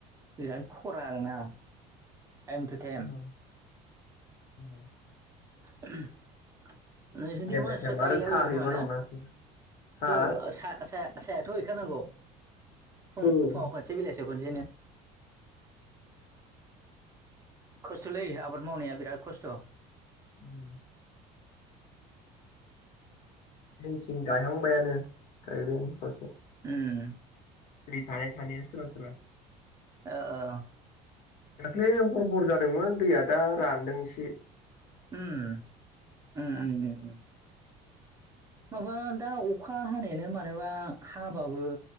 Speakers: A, on the right; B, on the left.
A: बिराथ खरा आरोना
B: <inaudible>
A: टाइम टु टाइम <unintelligible> नोंसोरनिथिं
B: टाइम
A: मानसिफ्रागायला
B: बाय टाइम आरो साहा
A: बायबाय
B: हैयोबा
A: खोमा ना?
B: नंना हा
A: ओ साया साया सायाथ' हैखानांगौ फुं
B: औ जोंथिं
A: फुङाव खनसे बेलासियाव खनसेयैनो खस्थ'लै आबाद मावनाया बिराद खस्थ'
B: उम जोंनिथिं गायहांबायानो गायबायानो खावसे
A: उम
B: दै थानाय थानाया सोरबा सोरबा
A: ओ ओ
B: दाख्लै हरबर जादोंमोन दैया दा रानदोंसो
A: उम उम उम उम माबा दा अखा हानायानो मानोबा हाबाबो